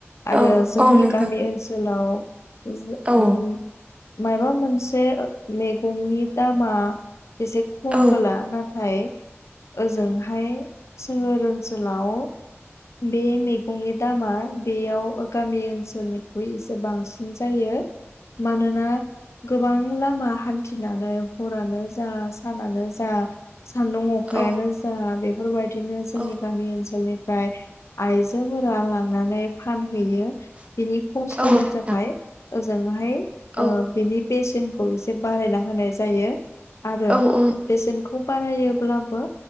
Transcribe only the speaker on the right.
औ
औ नोंथां
औ
औ
औ
औ
औ नोंथां
औ
औ औ